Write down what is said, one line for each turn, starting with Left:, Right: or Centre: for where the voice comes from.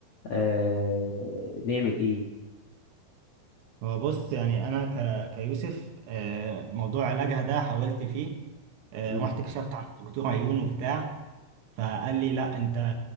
Left: آه نعمل ايه
Right: هو بص يعني انا ك... كيوسف آه، موضوع علاجها ده حاولت فيه آه،
Left: امم
Right: رحت كشفت عند دكتور عيون وبتاع فقال لي لا انت